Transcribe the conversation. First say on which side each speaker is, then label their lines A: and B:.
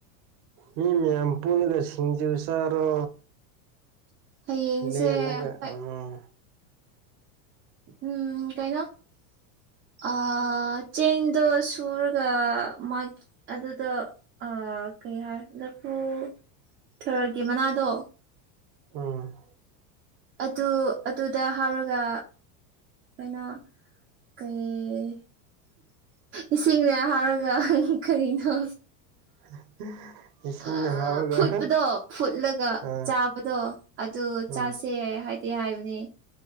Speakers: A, on the right; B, on the right.
A: ꯃꯤ ꯃꯌꯥꯝ ꯄꯨꯜꯂꯒ ꯁꯤꯡꯖꯨ ꯆꯥꯔꯣ
B: ꯍꯌꯦꯡꯁꯦ
A: ꯂꯦꯜꯂꯒ
B: ꯍꯣꯏ
A: ꯎꯝ
B: ꯎꯝ ꯀꯩꯅꯣ ꯑ ꯆꯦꯡꯗꯣ ꯁꯨꯔꯒ ꯃꯥꯒꯤ ꯑꯗꯨꯗꯣ ꯑꯥ ꯀꯩ ꯍꯥꯏ ꯂꯐꯨ ꯊꯔꯣꯏꯒꯤ ꯃꯅꯥꯗꯣ
A: ꯎꯝ
B: ꯑꯗꯨ ꯑꯗꯨꯗ ꯍꯥꯞꯔꯒ ꯀꯩꯅꯣ ꯀꯩ ꯏꯁꯤꯡꯅ ꯍꯥꯏꯔꯒ ꯀꯔꯤꯅꯣ
A: <unintelligible>
B: ꯑ
A: ꯍꯥꯞꯔꯒ
B: ꯐꯨꯠꯄꯗꯣ ꯐꯨꯠꯂꯒ
A: ꯑꯥ
B: ꯆꯥꯕꯗꯣ ꯑꯗꯨ
A: ꯎꯝ
B: ꯆꯥꯁꯦ ꯍꯥꯏ ꯇꯦ ꯍꯥꯏꯕꯅꯦ